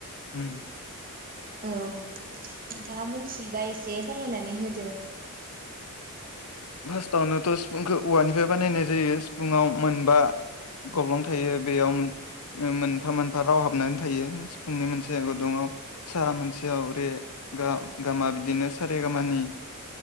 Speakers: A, on the left (about 85°); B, on the right (about 40°).
A: उम
B: औ नोंथाङा मोनथियोबा एसे फोरमायनानै होदो
A: फार्स्टावनोथ सिफुंखौ औवानिफ्राय बानायनाय जायो सिफुुंआव मोनबा गब्लं थायो बेयाव मोन ओ मोनफा मोनफा राव हाबनानै थायो सिफुंनि मोनसे गदुङाव सा मोनसेयाव रे गा गामा बिदिनो सारे गामानि